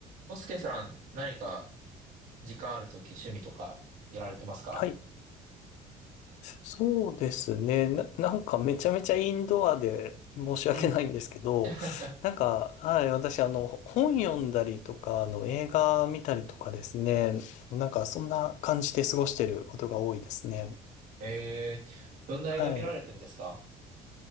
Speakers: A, on the right; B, on the left.
A: コスケさん、何か時間あるとき趣味とかやられてますか
B: はい。そうですね。な、なんかめちゃめちゃインドアで申し訳ないんですけど、
A: うん。<laughs>
B: なんか、はい、私、あの、本読んだりとか、あの、映画見たりとかですね、なんかそんな感じで過ごしてることが多いですね。
A: えー、どんな映画見られてんですか
B: はい。